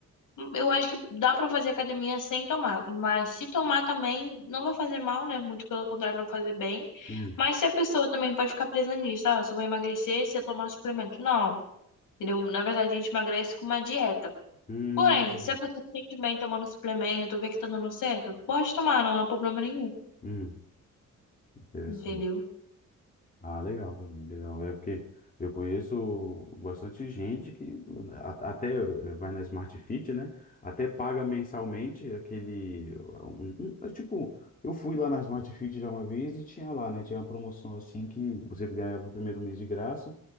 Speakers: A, on the left; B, on the left.
A: Eu acho que dá pra fazer academia sem tomar, mas se tomar também não vai fazer mal, né? Muito pelo contrário, vai fazer bem.
B: Hum,
A: Mas se a pessoa também pode ficar presa nisso, ah, eu só vou emagrecer se eu tomar suplemento. Não, entendeu? Na verdade, a gente emagrece com uma dieta.
B: hum,
A: Porém, se a pessoa se sente bem tomando suplemento, vê que tá dando certo, pode tomar, não há problema nenhum,
B: hum. Interessante.
A: entendeu?
B: Ah, legal, também, legal. É porque eu conheço bastante gente que né, a- até eh, vai na Smart Fit, né? Até paga mensalmente aquele. um- um- é tipo, eu fui lá na Smart Fit já uma vez e tinha lá, né? Tinha uma promoção assim que você ganhava o primeiro mês de graça,